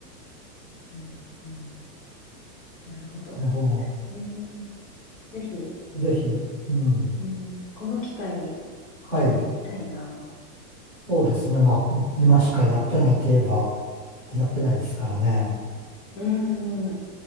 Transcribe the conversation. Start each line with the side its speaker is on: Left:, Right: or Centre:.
Left: うん。うん。なるほど。
Centre: ねほ
Left: えー、ぜひ、
Centre: う。ぜひ、うん。
Left: うん、この機会に
Centre: はい。
Left: 行ってみたいな。
Centre: そうですね。まあ、今しかやってないといえば、やってないですからね。
Left: うん。